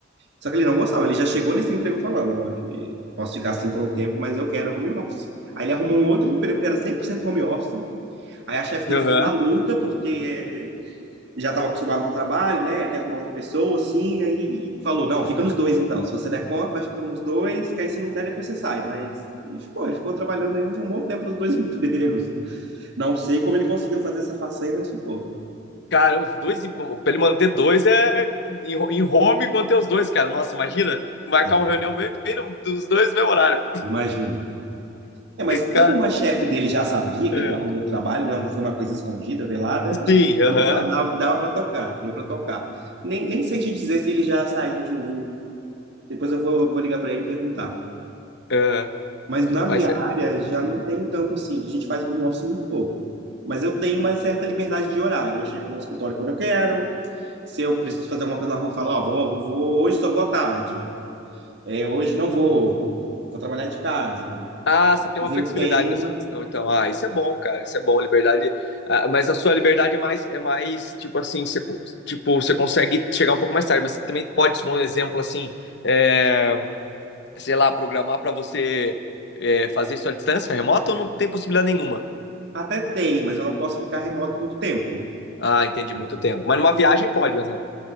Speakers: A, on the right; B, on the left.
A: Só que ele não gostava, ele já chegou nesse emprego falando, olha, posso ficar assim por um tempo, mas eu quero home office. Aí ele arrumou um outro emprego que era 100% home office. Aí a chefe dele
B: Uhum.
A: ficou maluca, porque eh, já estava acostumado com o trabalho, né? Até arrumar outra pessoa, assim. Aí e falou: não, fica nos dois então. Se você der conta, vai ficando nos dois, que aí se não der, depois você sai. Mas. E ficou, ele ficou trabalhando aí um bom tempo nos dois <laughs> empregos. Não sei como ele conseguiu fazer essa façanha, mas ficou.
B: Cara, dois para ele manter dois é em home manter os dois, cara. Nossa, imagina marcar
A: Eh,
B: uma reunião bem, bem no, dos dois no mesmo horário.
A: Imagina. É, mas como
B: Cara,
A: uma chefe dele já sabia que
B: é.
A: ele estava no outro trabalho, não foi uma coisa escondida, velada, acho
B: sim,
A: que
B: aham.
A: dava, dava,
B: Uhum.
A: dava para tocar, deu para tocar. Nem, nem sei te dizer se ele já saiu de um. Depois eu vou, vou ligar para ele e perguntar.
B: É,
A: Mas na minha
B: mas é.
A: área já não tenho tanto assim. A gente faz home office muito pouco. Mas eu tenho uma certa liberdade de horário. Eu chego no escritório quando eu quero. Se eu preciso fazer alguma coisa na rua, eu falo, ó, vou, vou- hoje só vou à tarde. É, hoje não vou. Vou trabalhar de casa.
B: Ah, você tem
A: Mas
B: uma
A: eu
B: flexibilidade
A: tenho
B: nessa
A: uma.
B: questão, então. Ah, isso é bom, cara. Isso é bom, liberdade. Ah, mas a sua liberdade é mais, é mais tipo assim, você, con- tipo, você consegue chegar um pouco mais tarde, mas você também pode, por um exemplo, assim, é, sei lá, programar para você é, fazer isso à distância, remota, ou não tem possibilidade nenhuma?
A: Até tenho, mas eu não posso ficar remoto muito tempo.
B: Ah, entendi, muito
A: Tipo,
B: tempo. Mas numa viagem pode, por exemplo.